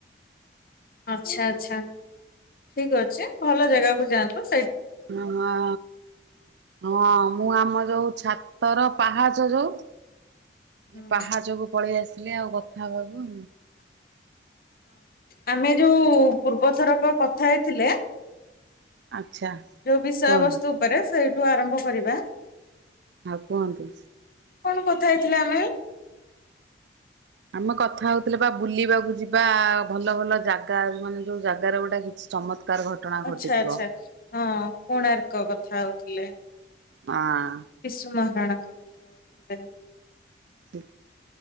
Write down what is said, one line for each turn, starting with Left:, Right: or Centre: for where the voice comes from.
Left: ଆଚ୍ଛା ଆଚ୍ଛା। ଠିକ ଅଛି ଭଲ ଜାଗା କ ଯାନ୍ତୁ
Right: ଉ ହଁ ହଁ। ମୁଁ ଆମ ଯୋଉ ଛାତର ପାହାଚ ଯୋଉ
Left: ହଁ
Right: ଏ ପାହାଚକୁ ପଳେଇ ଆସି ଆଉ କ ହଁ ବାବୁ।
Left: ଆମେ ଯୋଉ ପୂର୍ବଥରକ କଥା ହେଇଥିଲେ
Right: ଆଚ୍ଛା
Left: ଯଉ ବିଷୟ
Right: କୁହନ୍ତୁ।
Left: ବସ୍ତୁ ଉପରେ ସେଇ ଠୁ ଆରମ୍ଭ କରିବା।
Right: ଆଉ କୁହନ୍ତୁ।
Left: କଣ କଥା ହେଇଥିଲେ ଆମେ?
Right: ଆମେ କଥା ହଉଥିଲେ ବା ବୁଲିବାକୁ ଯିବା ଭଲ ଭଲ ଜାଗା ମାନେ ଯୋଉ ଜାଗାରେ ଗୋଟେ କିଛି ଚମତ୍କାର ଘଟଣା
Left: ଆଛା
Right: ଘଟିଥିବ
Left: ଆଛା
Right: ହଁ
Left: ହଁ କୋଣାର୍କ କଥା ହୋଇଥିଲେ।
Right: ହଁ।
Left: ବିଶୁ ମହାରଣା। ଟା।
Right: ହୁଁ।